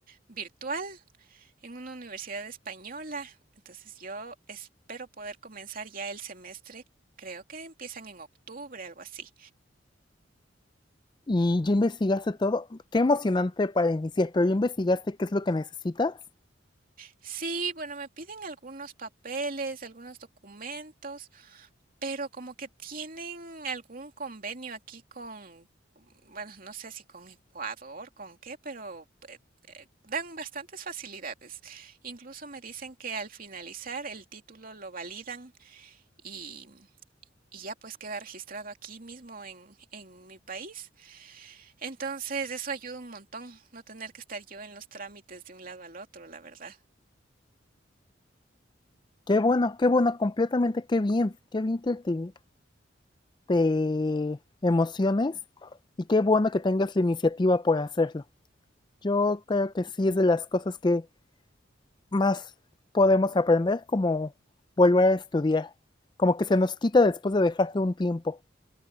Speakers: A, on the right (about 45°); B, on the left (about 25°).
A: virtual, en una universidad española. Entonces, yo espero poder comenzar ya el semestre. Creo que empiezan en octubre, algo así.
B: Y ya investigaste todo. Qué emocionante para iniciar, pero ya investigaste qué es lo que necesitas.
A: Sí, bueno, me piden algunos papeles, algunos documentos. Pero como que tienen algún convenio aquí con, mm, bueno, no sé si con Ecuador, con qué, pero eh, eh, dan bastantes facilidades. Incluso me dicen que al finalizar el título lo validan y, y ya pues queda registrado aquí mismo en, en mi país. Entonces eso ayuda un montón, no tener que estar yo en los trámites de un lado al otro, la verdad.
B: Qué bueno, qué bueno, completamente, qué bien, qué bien que te, te emociones y qué bueno que tengas la iniciativa por hacerlo. Yo creo que sí es de las cosas que más podemos aprender, como volver a estudiar, como que se nos quita después de dejarlo un tiempo.